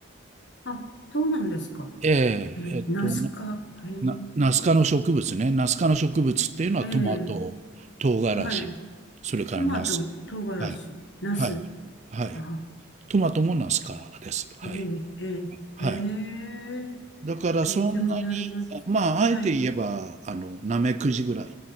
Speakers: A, on the left; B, on the right.
A: あ、そうなんですか。
B: ええ、
A: え、
B: えっと、
A: ナス科。へえ
B: な、ナス科の植物ね。ナス科の植物っていうのはトマト、
A: ええ、
B: 唐辛子、
A: はい。
B: それからナス。
A: トマト、唐辛子、
B: はい。
A: ナス。
B: はい。はい。
A: ああ、
B: トマトもナス科です。はい。
A: ええ、ええ、
B: はい。
A: へえ
B: だからそんなに、
A: 勉強になります。
B: まあ、
A: はい。
B: あえて言えば、あの、ナメクジぐらい